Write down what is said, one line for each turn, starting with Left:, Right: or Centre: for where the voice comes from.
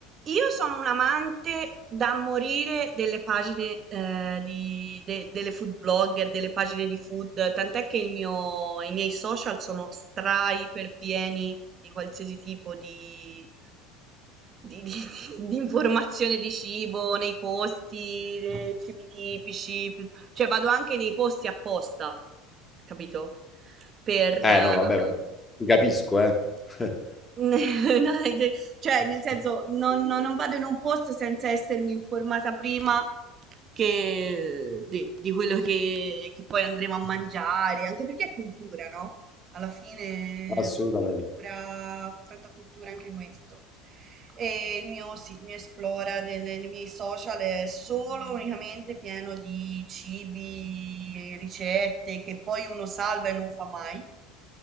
Right: Io sono un amante da morire delle pagine, eh, di- de- delle food blogger, delle pagine di food, tant'è che il mio- i miei social sono stra iper pieni di qualsiasi tipo di, di- di- <laughs> di informazione di cibo, nei posti, eh, cibi tipici, pi- cioè vado anche nei posti apposta, capito? Per,
Left: Eh
Right: eh,
Left: no, vabbè, ma ti capisco, eh. <laughs>
Right: <laughs> No, è de- cioè, nel senso, non, non- non vado in un posto senza essermi informata prima che- di, di quello che, che poi andremo a mangiare, anche perché è cultura, no? Alla fine
Left: Assolutamente.
Right: fa cultura, fa tanta cultura anche questo. E il mio, sì, il mio esplora del- nei miei social è solo unicamente pieno di cibi, ricette che poi uno salva e non fa mai.